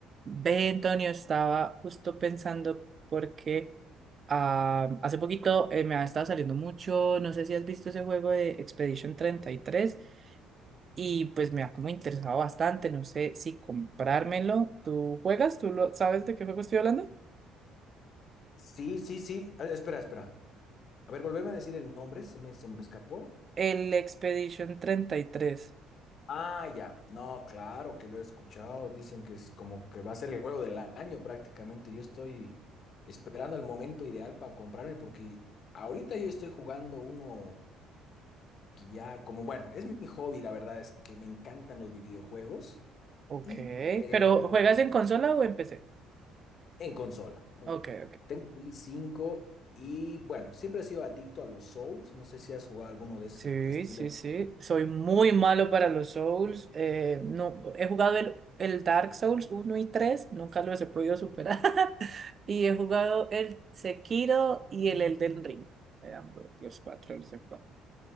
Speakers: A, on the right (about 40°); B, on the left (about 50°).
A: Ve, Antonio, estaba justo pensando porque ah, hace poquito eh, me ha estado saliendo mucho, no sé si has visto ese juego de Expedition treinta y tres y pues me ha como interesado bastante, no sé si comprármelo. ¿Tú juegas? ¿Tú lo, sabes de qué juego estoy hablando?
B: Sí, sí, sí. Ah, espera, espera. A ver, volveme a decir el nombre, se me, se me escapó.
A: El Expedition treinta y tres.
B: Ah, ya. No, claro que lo he escuchado. Dicen que es como que va a ser el juego del año prácticamente. Yo estoy esperando el momento ideal para comprarme porque ahorita yo estoy jugando uno que ya, como bueno, es mi hobby, la verdad es que me encantan los videojuegos
A: Ok,
B: y eh,
A: pero
B: en,
A: ¿juegas en consola o en PC?
B: consola. En-
A: Ok, ok.
B: Tengo Play 5 y bueno, siempre he sido adicto a los Souls. No sé si has jugado alguno de ese
A: Sí,
B: estilo.
A: sí, sí. Soy muy malo para los Souls. eh, no, he jugado el, el Dark Souls uno y 3. nunca los he podido superar. <laughs> Y he jugado el Sekiro y el Elden Ring. eh, ambos, los cuatro, los cuatro.